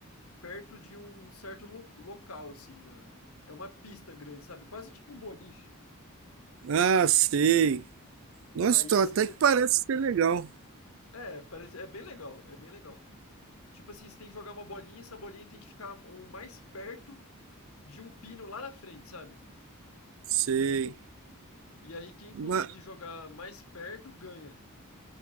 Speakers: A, on the left; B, on the right.
A: perto de um certo lo- local, assim, na. É uma pista grande, sabe? Quase tipo um boliche.
B: Ah, sei. Nossa,
A: Aí
B: então
A: esse-
B: até que parece ser legal.
A: É, parece, é bem legal, é bem legal. Tipo assim, você tem que jogar uma bolinha e essa bolinha tem que ficar o mais perto de um pino lá na frente, sabe?
B: Sei.
A: E aí quem
B: Ma-
A: conseguir jogar mais perto ganha.